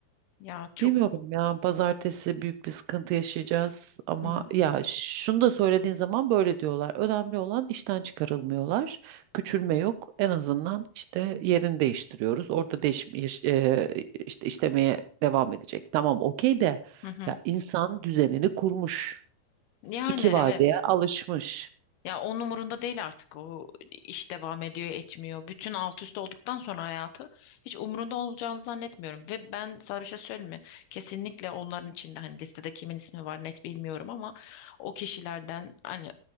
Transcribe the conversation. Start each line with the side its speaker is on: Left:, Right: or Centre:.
Left: Ya çok.
Right: Bilmiyorum ya pazartesi büyük bir sıkıntı yaşayacağız ama
Left: Hı,
Right: ya şunu da söylediğin zaman böyle diyorlar. Önemli olan işten çıkarılmıyorlar. Küçülme yok. En azından işte yerini değiştiriyoruz. Orada değiş iş- e, işte işlemeye devam edecek. Tamam okey de
Left: hı, hı.
Right: ya insan düzenini kurmuş.
Left: Yani
Right: İki
Left: evet.
Right: var diye alışmış.
Left: Ya onun umurunda değil artık o iş devam ediyor etmiyor. Bütün alt üst olduktan sonra hayatı hiç umurunda olacağını zannetmiyorum. Ve ben sana bir şey söyleyeyim mi? Kesinlikle onların içinde hani listede kimin ismi var net bilmiyorum ama o kişilerden hani